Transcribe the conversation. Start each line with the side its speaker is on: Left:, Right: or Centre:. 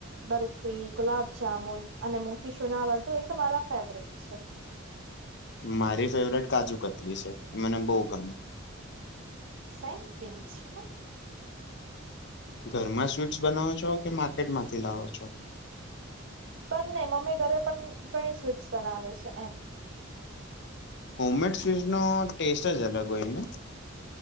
Right: બરફી, ગુલાબજામુન અને મોતીચૂરના લડ્ડુ એ તો મારા ફેવરેટ છે.
Left: મારી ફેવરેટ કાજુ કતલી છે, મને બઉ ગમે.
Right: સેમ પિન્ચ હન.
Left: ઘરમાં સ્વીટ્સ બનાવો છો કે માર્કેટમાંથી લાવો છો?
Right: બંને મમ્મી ઘરે પણ ઘણી સ્વીટ્સ બનાવે છે એમ.
Left: હોમમેડ સ્વીઝનો ટેસ્ટ જ અલગ હોયને.